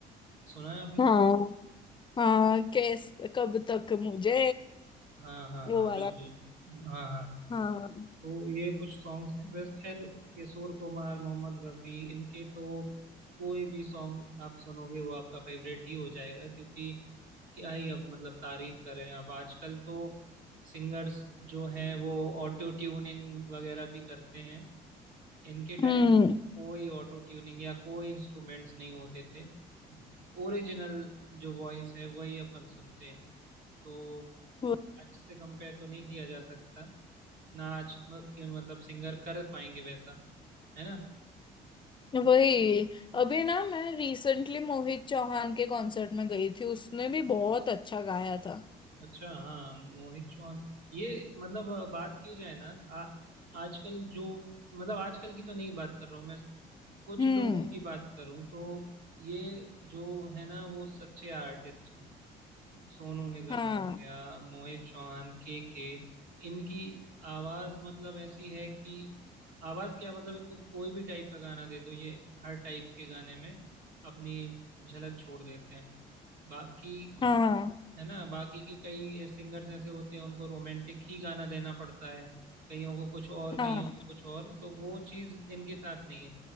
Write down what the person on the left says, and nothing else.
हाँ हाँ कैस कब तक मुझे
वो
वाला
हाँ
हम्म
वो-
वही अभी ना मैं रिसेंटली मोहित चौहान के कॉन्सर्ट में गई थी उसने भी बहुत अच्छा गाया था
हम्म
हाँ
हाँ
हाँ